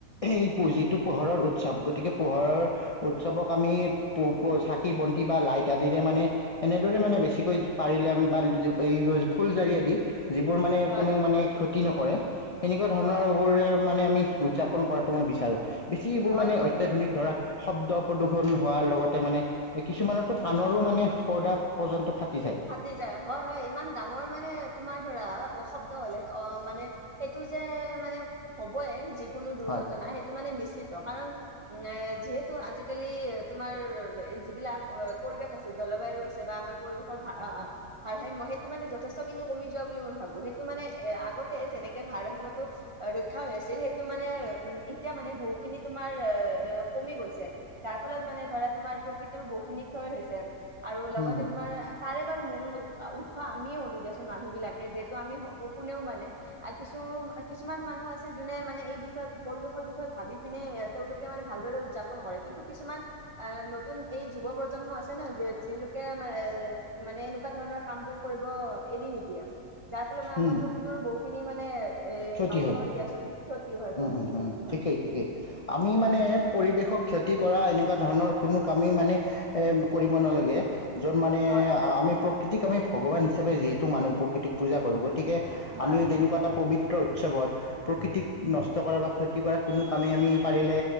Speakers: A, on the left; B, on the right.
A: এই পুঁজিটো পোহৰৰ উৎসৱ গতিকে পোহৰৰ উৎসৱক আমি প চাকি বন্তি বা লাইট আদিৰে মানে এনেদৰে মানে বেছিকৈ পাৰিলে আমি বা ফুল জাৰি যিবোৰ মানে
B: হয়
A: কোনো মানে ক্ষতি নকৰে সেনেকুৱা ধৰণৰবোৰ
B: হয়
A: মানে আমি উদযাপন কৰাটো মই বিচাৰো বেছি এবোৰ
B: হয়
A: মানে
B: হয়
A: অত্যাধুনিক ধৰা শব্দ প্ৰদূক্ষণ হোৱাৰ লগতে মানে কিছুমানতো কাণৰো মানে পৰ্দা পৰ্যন্ত ফাটি যায়
B: ফাতিজায় হয় হয় ইমান ডাঙৰ মানে তোমাৰ ধৰা শব্দ হলে অ মানে সেইটো যে মানে হ'বই যিকোনো দুৰ্ঘটনা
A: হয়
B: সেইটো মানে নিশ্চ কাৰণ যিহেতু আজিকালি তোমাৰ যিবিলাক পৰিৱেশ আছে জলবায়ু আছে বা আমাৰ পৰিৱেশ ভাৰসাম্য় সেইটো মানে যথেষ্টখিনি কমি যোৱা বুলি মই ভাবো সেইটো মানে এ আগতে যেনেকে ভাৰসাম্যটো ৰক্ষা হৈ আছিল সেইটো মানে উ এতিয়া মানে বহু খিনি তোমাৰ ক গৈছে যাৰ ফলত মানে ধৰা তোমাৰ প্ৰকৃতিৰ বহু খিনি ক্ষয় হৈছে আৰু
A: হুম
B: লগতে
A: হুম
B: তোমাৰ তাৰে বাৰু মূল উৎস আমিয়ে হ'লো দিয়াচোন মানুহ বিলাকে যিহেতু আমি কোনেও মানে কিছু কিছুমান মানুহ আছে যোনে মানে এই বিষয়ে পৰিৱেশৰ বিষয়ে ভাবি পিনে তেওঁলোকে মানে ভালদৰে উৎযাপন কিন্তু কিছুমান আ নতুন যুৱপ্ৰজ্ প্ৰজন্ম আছে ন যি যিলোকে মানে এ- এনেকুৱা ধৰণৰ কাম বোৰ কৰিব এৰি নিদিয়ে। যাৰ ফলত মানে
A: হুম
B: আমাৰ প্ৰকৃতিৰো বহু খিনি মানে এ
A: ক্ষতি
B: নষ্ট
A: হয়
B: হৈ দিয়াচোন ক্ষতি হয় বহুখিনি
A: উম- উম -উম
B: ক্ষতি
A: ঠিকেই
B: হয়
A: - ঠিকেই আমি
B: হয়
A: মানে পৰিৱেশক ক্ষতি কৰা এনেকুৱা ধৰণৰ কোনো কামেই মানে কৰিব নালাগে য'ত মানে
B: হয়
A: আমি প্ৰকৃতিক আমি ভগৱান হিচাপে যিহেতু মানু প্ৰকৃতিক পূজা কৰো গতিকে
B: হয়
A: আমি তেনেকুৱা এটা পবিত্ৰ। উৎসৱত প্ৰকৃতিক নষ্ট কৰা বা ক্ষতি কৰা কোনো কামেই আমি পাৰিলে